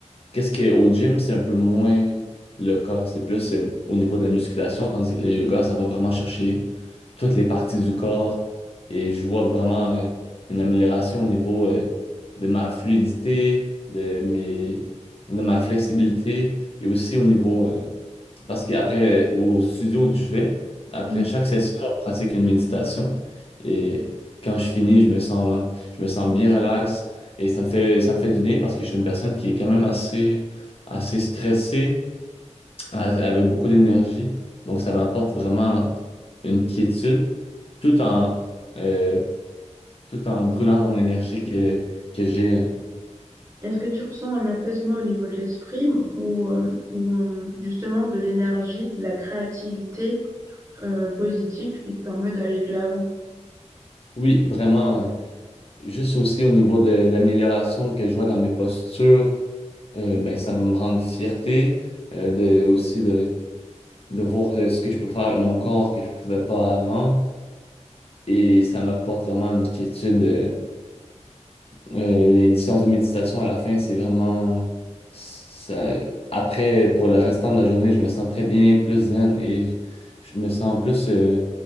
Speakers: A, on the left; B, on the right.
A: Qu'est-ce que au gym, c'est un peu moins le cas. C'est plus euh, au niveau de la musculation, tandis que le yoga, ça va vraiment chercher toutes les parties du corps. Et je vois vraiment euh, une amélioration au niveau euh, de ma fluidité, de mes, de ma flexibilité et aussi au niveau euh, parce qu'après, au studio que je vais, après
B: mhm.
A: chaque session, on pratique une méditation. Et quand je finis, je me sens, je me sens bien relax. Et ça me fait, ça me fait du bien parce que je suis une personne qui est quand même assez, assez stressée, a- avec beaucoup d'énergie. Donc, ça m'apporte vraiment une quiétude tout en, euh, tout en brûlant mon énergie que, que j'ai.
B: Est-ce que tu ressens un apaisement au niveau de l'esprit ou, euh, ou, euh, justement de l'énergie, de la créativité euh, positive qui te permet d'aller de l'avant?
A: Oui, vraiment, euh, juste aussi au niveau de l'amélioration que je vois dans mes postures Euh, ben, ça me rend une fierté euh, de, aussi de, de voir euh, ce que je peux faire avec mon corps que je pouvais pas avant. Et ça m'apporte vraiment une quiétude. euh, euh, les séances de méditation à la fin, c'est vraiment... Ça... Après, pour le restant de la journée, je me sens très bien, plus zen et je me sens plus euh,